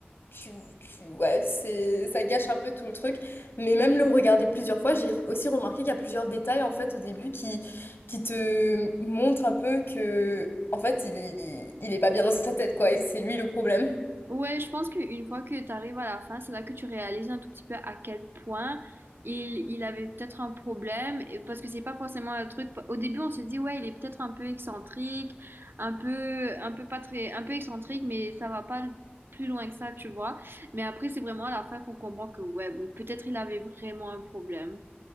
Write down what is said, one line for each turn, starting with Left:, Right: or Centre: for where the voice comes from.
Left: tu, tu- ouais, c'est, ça gâche un peu tout le truc. Mais même le regarder plusieurs fois, j'ai aussi remarqué qu'il y a plusieurs détails, en fait, au début qui, qui te montrent un peu que, en fait, il, est- il est pas bien dans sa tête, quoi, et que c'est lui le problème.
Right: Ouais, je pense qu'une fois que tu arrives à la fin, c'est là que tu réalises un tout petit peu à quel point il, il avait peut-être un problème, et- parce que c'est pas forcément un truc. Au début, on se dit, ouais, il est peut-être un peu excentrique, un peu, un peu pas très, un peu excentrique, mais ça va pas plus loin que ça, tu vois. Mais après, c'est vraiment à la fin qu'on comprend que, ouais, bon, peut-être il avait vraiment un problème.